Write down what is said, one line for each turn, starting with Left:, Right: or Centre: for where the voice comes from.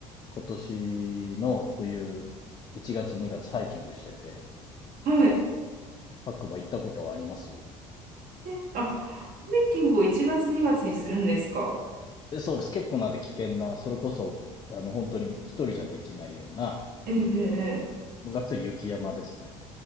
Left: 今年の冬、1月2月ハイキングしてて、
Right: はい。
Left: 白馬行ったことはあります
Right: え、あ、ハイキングを1月2月にがつにするんですか
Left: えそうです。結構なんで危険な、それこそ、あの、本当に一人じゃできないような、
Right: ええ、
Left: もうがっつり雪山ですね。